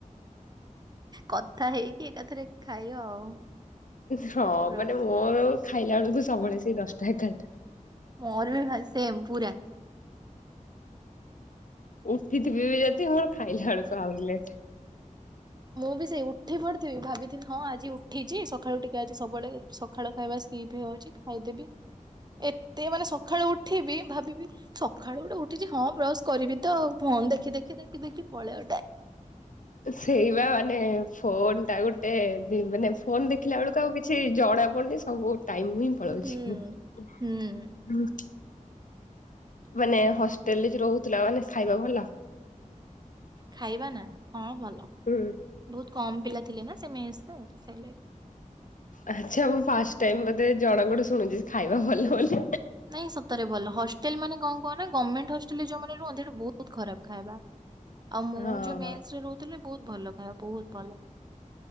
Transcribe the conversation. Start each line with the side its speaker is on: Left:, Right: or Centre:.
Right: କଥା ହେଇ ଏକାଥରେ ଖାଇଆ ଆଉ।
Left: ହଁ
Right: ବ୍ରସ୍
Left: ମାନେ ମୋରୋ ଖାଇଲା ବେଳକୁ ସବୁବେଳେ ସେଇ ଦଶଟା ଏଗାରଟା।
Right: ମୋର ବି ଭା ସେମ ପୁରା।
Left: ଉଠିଥିବେ ବି ଯଦି ହ ଖାଇଲା ବେଳକୁ ଆହୁରିି ଲେ
Right: ମୁଁ ବି ସେଇ ଉଠି ପଡିଥିବି ଭାବିଥିନି ହଁ ଆଜି ଉଠିଚି ସଖାଳୁ ଟିକେ ଆଜି ସବୁଆଡେ ଖାଳ ଖାଇବା ସ୍ଲିପ୍ ହେଇ ଆଉଚି ଖାଇଦେବି ଏତେ ମାନେ ସକାଳୁ ଉଠିବି ଭାବିବି ସକାଳୁ ଗୋଟେ ଉଠିଛି ହଁ ବ୍ରଶ କରିବି ତ ଫୋନ ଦେଖି ଦେଖି ଦେଖି ଦେଖି ପଳେଇଅ ଟା
Left: ସେଇବା ମାନେ ଫୋନ ଟା ଗୋଟେ ମାନେ ଫୋନ ଦେଖିଲା ବେଳକୁ ଆଉ କି ଛି ଜଣା ପଡୁନି ସବୁ ଟାଇମ୍ ହିଁ ପଳୋଉଛି।
Right: ହୁଁ ହୁଁ
Left: ମାନେ ହଷ୍ଟେଲରେ ଯେ ରହୁଥିଲା ମାନେ ଖାଇବା ଭଲ?
Right: ଖାଇବା ନା ହଁ ଭଲ
Left: ହୁଁ
Right: ବହୁତ କମ୍ ପିଲା ଥିଲେ ନା ସେ ମେସରେ ସେଇଲାଗି-
Left: ଆଚ୍ଛା ମୁଁ ଫାଷ୍ଟ୍ ଟାଇମ୍ ବୋଧେ ଜଣଙ୍କଠୁ ଶୁଣୁଛି ଖାଇବା ଭଲ ବୋଲି।
Right: ନାଇଁ ସତରେ ଭଲ ହଷ୍ଟେଲ୍ ମାନେ କଣ କୁହନା ଗମେଣ୍ଟ୍ ହଷ୍ଟ <unintelligible> ଯୋଉମାନେ ରୁହନ୍ତି ସେଠି ବହୁତ୍ ଖରାପ୍ ଖାଇବା। ଆଉ ମୁଁ
Left: ହଁ
Right: ଯୋଉ ମେସରେ ରହୁଥିଲି ବହୁତ୍ ଭଲ ଖାଇବା ବହୁତ୍ ଭଲ।